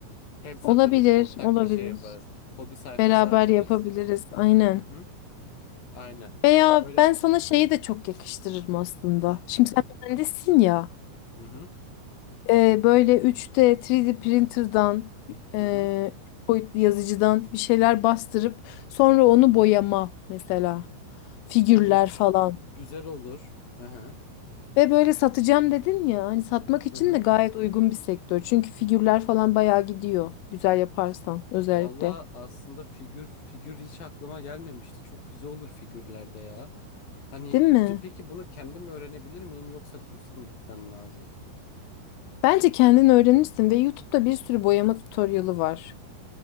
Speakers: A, on the left; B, on the left.
A: Hem satarız,
B: Olabilir,
A: ortak
B: olabilir.
A: bir şey yaparız. Hobi sayfası
B: Beraber
A: açarız.
B: yapabiliriz aynen.
A: Hı hı. Aynen.
B: Veya
A: Öyle.
B: ben sana şeyi de çok yakıştırırım aslında.
A: Hı
B: Şimdi sen mühendissin
A: hı.
B: ya.
A: Hı hı.
B: e, böyle 3D 3D printer'dan e,
A: Hı hı.
B: boyutlu yazıcıdan bir şeyler bastırıp sonra onu
A: Hı hı.
B: boyama mesela figürler
A: Olur.
B: falan.
A: Güzel olur. Hı hı.
B: Ve böyle satacağım dedin ya hani satmak için
A: Hı hı.
B: de gayet uygun bir sektör. Çünkü figürler falan bayağı gidiyor güzel yaparsan özellikle.
A: Valla aslında figür figür hiç aklıma gelmemişti. Çok güzel olur figürlerde ya. Hani
B: Değil mi?
A: pe- peki bunu kendim öğrenebilir miyim yoksa kursa mı gitmem lazım?
B: Bence kendin öğrenirsin ve YouTube'da bir sürü boyama tutorialı var.